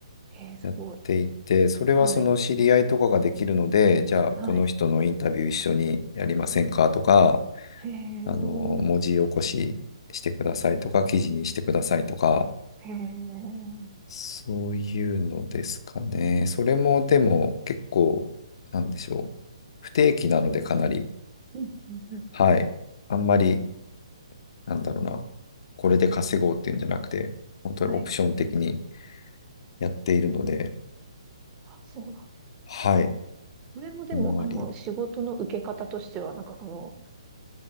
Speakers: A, on the right; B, on the left.
A: えー、すごい。
B: やっていて、それはその知り合いとかができるので、
A: はい。
B: じゃあこの人のインタビュー一緒にやりませんかとか、
A: はい。へえ、へ
B: あの、文字起こししてくださいとか、記事にしてくださいとか、
A: え、うん
B: そういうのですかね。それもでも結構、なんでしょう。不定期なのでかなり、
A: うんうん。
B: はい。あんまり、なんだろうな。これで稼ごうっていうんじゃなくて、本当にオプション的に
A: はい。
B: やっているので、
A: あ、そうなんだ。
B: はい。
A: それもでも、
B: あんまり、
A: あの、仕事の受け方としては、なんかその、